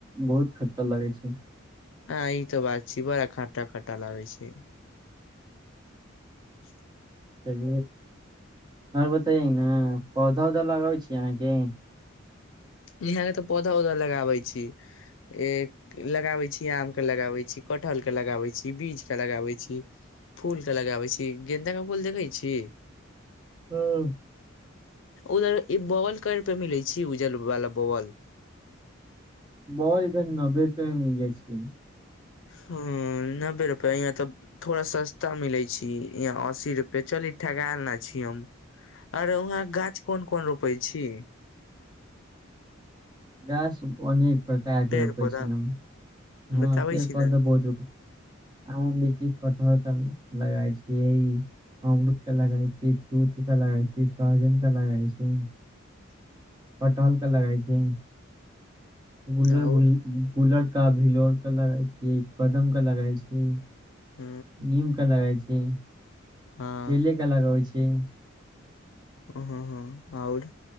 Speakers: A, on the right (about 20°); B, on the left (about 65°).
A: बहुत खटटा लागै छै
B: हँ ई तो बात छै बरा खाटा खाटा लागै छै <inaudible>
A: चल आओर बतै ने पौधा उधा लगाबै छीय अहाँकी
B: यहाँ के तऽ पौधा उधा लगाबै छी ए लगाबै छी आम के लगाबै छी कठहल के लगाबै छी बीज के लगाबै छी फूल के लगाबै छी गेंन्दा के फूल देखैय छी
A: हँ
B: उधर ई बगल कार पे मिलै छै उजल बाल बअल
A: बॉल इधर नब्बे रुपआ मे मिल जाइ छै
B: ह नब्बे रुपआ यहाँ तऽ थोड़ा सस्ता मिलै छी यहाँ अस्सी रुपए चल ई ठगा लना छी हम आरे वहा गाछ कोन कोन रोपे छी
A: गाछ अनेक प्रकार के
B: पेड़
A: रोपे
B: पौधा
A: छी हम हँ
B: बताबै
A: पेड़
B: छी
A: पौधा
B: ने
A: बहुत रोप आमो लीची कटहर सब लगाय छियै अमरुदके लगाइ छै दूध त लगाइ छी सहजनता लगाइ छी पटहलका लगाई छै बुललर
B: और
A: ब बुलर का भिलोर के लगाई छी कदम केा लगाई छी
B: ह
A: नीमका लगइ छै क
B: हँ
A: केलके अलग होइ छै <inaudible>
B: ह हँ आओर